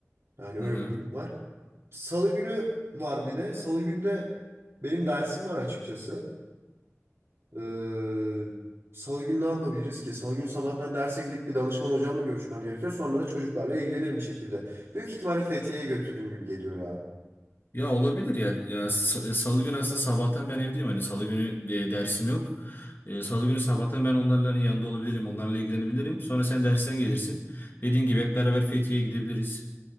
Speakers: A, on the right; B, on the left.
A: Yani öyle
B: Hı
A: bir durum var. Salı günü var bir de. Salı günde benim dersim var açıkçası. Ee, Salı günü ne yapabiliriz ki? Salı günü sabahtan derse gidip bir danışman hocamla görüşmem gerekiyor. Sonra da çocuklarla ilgilenirim bir şekilde. Büyük ihtimalle Fethiye'ye götürürüm gibi geliyor ya.
B: Ya olabilir ya. Ya s- Salı günü aslında sabahtan ben evdeyim. Hani Salı günü e, dersim yok. E, Salı günü sabahtan ben onlarla hani yanında olabilirim. Onlarla ilgilenebilirim. Sonra sen dersten gelirsin. Dediğin gibi hep beraber Fethiye'ye gidebiliriz.